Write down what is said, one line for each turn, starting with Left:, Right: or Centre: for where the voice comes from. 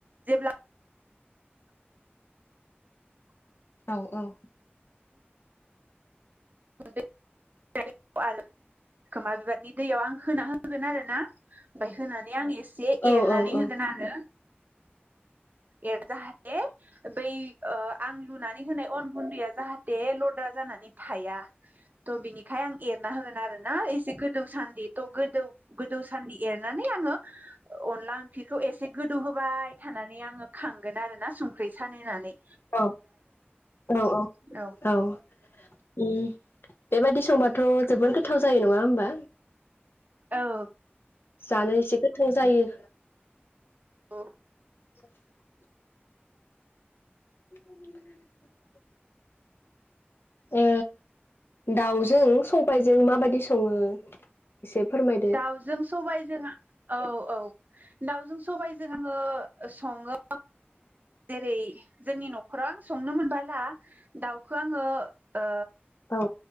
Right: जेब्ला
Left: औ औ।
Right: <unintelligible> खोमा बिबारनि दैयाव आं होना होगोन आरो ना ओमफाय होनानै आं एसे
Left: औ
Right: एरनानै होगोन आरो। एर जाहाथे बै ओ आं लुनानै होनाय अन गुन्दैया जाहा दे लद्रा जानानै थाया। थ' बिनि खाय आं एरना होगोन आरो ना गोदौसान बेथ गोदौ गोद दौ सानदि एरनानै आङो अनला ओंख्रिखौ एसे गोदौ होबाय थानानै आं ङो खांगोन आरोना संख्रि सालिनानै
Left: औ औ औ
Right: आरो
Left: औ। ओ बेबादि संबाथ' जोबद गोथाव जायो नङा होमबा
Right: औ।
Left: जानो एसे गोथाव जायो। ब
Right: औ
Left: <inaudible> <inaudible> <inaudible> ओ दाउजों सबाइजों माबायदि सङो? एसे फोरमायदो
Right: दाउजों सबाय जों औ औ दाउजों सबायजों आङो सङो जेरै जोंनि नखराव आं संनो मोनबाला दाउखौ आङो ओ
Left: औ